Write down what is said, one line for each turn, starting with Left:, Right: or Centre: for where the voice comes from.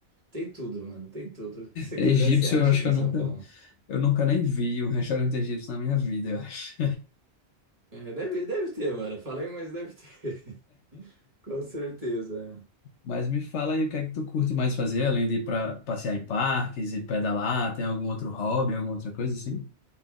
Right: tem tudo, mano. Tem tudo. O que você
Left: Egípcio,
Right: quiser, você acha
Left: eu acho
Right: aqui
Left: que
Right: em
Left: eu
Right: São
Left: nunca,
Right: Paulo.
Left: eu nunca nem vi um restaurante egípcio na minha vida, eu acho.
Right: É, deve, deve ter, mano. Falei, mas deve ter. <laughs> Com certeza.
Left: <laughs> Mas me fala aí o que é que tu curte mais fazer, além de ir para passear em parques e pedalar, tem algum outro hobby, alguma outra coisa assim?